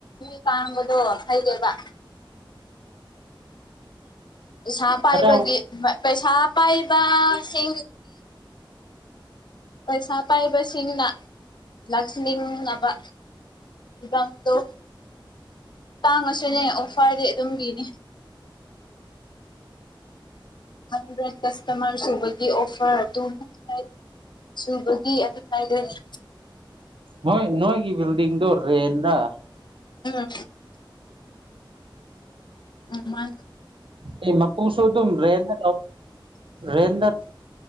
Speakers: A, on the left; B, on the right.
A: ꯃꯤ ꯇꯥꯡꯝꯕꯗꯣ ꯍꯩꯒꯦꯕ ꯄꯩꯁꯥ ꯄꯥꯏꯕꯒꯤ
B: ꯈꯔ
A: ꯄꯩꯁꯥ ꯄꯥꯏꯕ ꯁꯤ ꯄꯩꯁꯥ ꯄꯥꯏꯕꯁꯤꯡꯅ ꯂꯥꯛꯆꯅꯤꯡꯅꯕ ꯐꯝꯗꯣ ꯇꯥꯡꯉꯁꯨꯅꯦ ꯑꯣꯐꯔꯗꯤ ꯑꯗꯨꯝ ꯕꯤꯅꯤ ꯍꯟꯗ꯭ꯔꯦꯠ ꯀꯁꯇꯃꯔ ꯎꯕꯗꯤ ꯑꯣꯐꯔ ꯇꯨ ꯍꯟꯗ꯭ꯔꯦꯠ ꯁꯨꯕꯒꯤ ꯑꯗꯨꯉꯥꯏꯗ꯭ꯔꯅꯤ
B: ꯅꯣꯏ ꯅꯣꯏꯒꯤ ꯕꯤꯜꯗꯤꯡꯗꯧꯔꯤ ꯌꯦꯟꯗ
A: ꯑ ꯎ ꯃꯥ
B: ꯑꯩ ꯃꯄꯨꯡ ꯁꯣ ꯑꯗꯨ ꯔꯦꯗ ꯔꯦꯗ